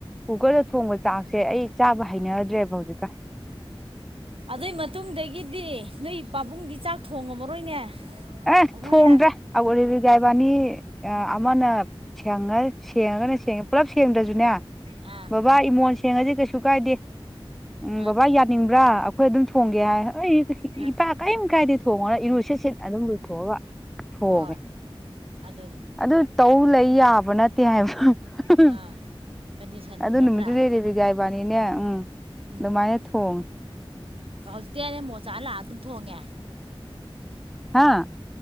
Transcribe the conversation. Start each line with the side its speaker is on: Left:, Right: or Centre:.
Centre: ꯀꯨꯀꯔꯗ ꯊꯣꯡꯕ ꯆꯥꯛꯁꯦ ꯑꯩ ꯆꯥꯕ ꯍꯩꯅꯗ꯭ꯔꯦꯕ ꯍꯧꯖꯤꯛꯀ
Right: ꯑꯗꯨꯏ ꯃꯇꯨꯡꯗꯒꯤꯗꯤ ꯅꯣꯏ ꯄꯥꯕꯨꯡꯗꯤ ꯆꯥꯛ ꯊꯣꯡꯉꯝꯃꯔꯣꯏꯅꯦ
Centre: ꯑꯦ
Right: ꯑꯩꯈꯣꯏꯅ
Centre: ꯊꯣꯡꯗ꯭ꯔꯥ ꯑꯔꯕꯤꯒꯥꯏꯕꯥꯅꯤ ꯑꯃꯅ ꯁꯉ ꯁꯦꯡꯉꯒꯅ ꯁꯦꯡꯉꯦ ꯄꯨꯂꯞ ꯁꯦꯡꯗ꯭ꯔꯁꯨꯅꯦ
Right: ꯑꯥ
Centre: ꯕꯕꯥ ꯏꯃꯣꯟ ꯁꯦꯡꯉꯁꯤ ꯀꯩꯁꯨ ꯀꯥꯏꯗꯦ ꯎꯝ
Right: ꯑꯥ
Centre: ꯕꯕꯥ ꯌꯥꯅꯤꯡꯕ꯭ꯔꯥ ꯑꯩꯈꯣꯏ ꯑꯗꯨꯝ ꯊꯣꯡꯒꯦ ꯍꯥꯏ ꯑꯩ
Right: ꯑꯥ
Centre: ꯏꯄꯥ ꯀꯔꯤꯝ ꯀꯥꯏꯗꯤ ꯊꯣꯡꯉꯅ ꯏꯔꯨꯁꯤꯠ ꯁꯤꯠ ꯑꯗꯨꯝ ꯂꯨꯊꯣꯛꯑꯒ ꯊꯣꯡꯉꯦ
Right: ꯍꯣꯏ ꯑꯗꯨꯅꯤ
Centre: ꯑꯗꯨ ꯇꯧ ꯂꯩ ꯌꯥꯕ ꯅꯠꯇꯦ ꯍꯥꯏꯕ <unintelligible>
Right: ꯑꯥ ꯀꯟꯗꯤꯁꯟꯗꯣ
Centre: ꯑꯗꯨ
Right: ꯅꯠꯇ꯭ꯔꯥ
Centre: ꯅꯨꯃꯤꯠꯇꯨꯗꯩ ꯔꯦꯕꯤꯒ ꯏꯕꯥꯅꯤꯅꯦ ꯎꯝ
Right: ꯎꯝ
Centre: ꯑꯗꯨꯃꯥꯏꯅ ꯊꯣꯡꯉꯦ
Right: ꯍꯧꯖꯤꯛꯇꯤ ꯑꯅꯦ ꯃꯣꯆꯥ ꯂꯥꯛꯑ ꯑꯗꯨꯝ ꯊꯣꯡꯉꯦ
Centre: ꯍꯥꯥ